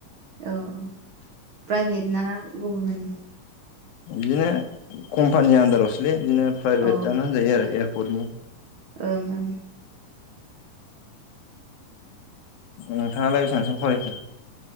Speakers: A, on the right (about 70°); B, on the left (about 70°).
A: औ औ प्राइभेट ना गभर्मेन्टनि
B: बिदिनो कम्पानि आन्दारावसोलै बिदिनो प्राइभेटानो
A: अ
B: होनजायो जायो आरो एयारपर्टनि
A: ओं ओं
B: नोंथाङालाय बेसांसिम फरायखो?